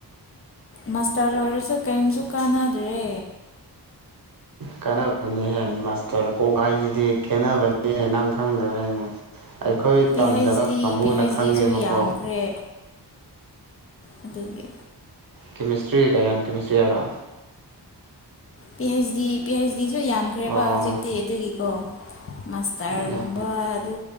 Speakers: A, on the left (about 35°); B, on the right (about 55°).
A: ꯃꯥꯁꯇꯔ ꯂꯣꯏꯔꯁꯨ ꯀꯔꯤꯝꯁꯨ ꯀꯥꯟꯅꯗ꯭ꯔꯦ
B: ꯀꯥꯟꯅꯕꯅꯤꯍꯦ ꯃꯥꯁꯇꯔ ꯀꯣꯛ ꯍꯥꯏꯁꯤꯗꯤ ꯈꯦꯠꯅꯕꯅꯤꯍꯦ ꯅꯪ ꯈꯪꯗꯕꯩꯅꯦ ꯑꯩꯈꯣꯏ
A: ꯄꯤ
B: ꯇꯝꯗꯕ
A: ꯍꯩꯆ ꯗꯤ
B: ꯀꯥꯡꯕꯨꯅ
A: ꯄꯤ ꯍꯩꯆ
B: ꯈꯪꯉꯦꯕꯀꯣ
A: ꯗꯤꯁꯨ ꯌꯥꯝꯈ꯭ꯔꯦ ꯑꯗꯨꯒꯤ
B: ꯀꯦꯃꯤꯁꯇ꯭ꯔꯤ ꯀꯌꯥꯡ ꯀꯦꯃꯤꯁꯇ꯭ꯔꯤ ꯍꯥꯏꯔꯣ
A: ꯄꯤꯍꯩꯁꯗꯤ ꯄꯤꯍꯩꯁ ꯃꯤꯁꯨ ꯌꯥꯝꯈ꯭ꯔꯦꯕ
B: ꯑꯣ
A: ꯍꯧꯖꯤꯛꯇꯤ ꯑꯗꯨꯒꯤꯀꯣ ꯃꯁꯇꯔꯒꯨꯝꯕ
B: ꯌꯥꯝ
A: ꯑꯗꯨ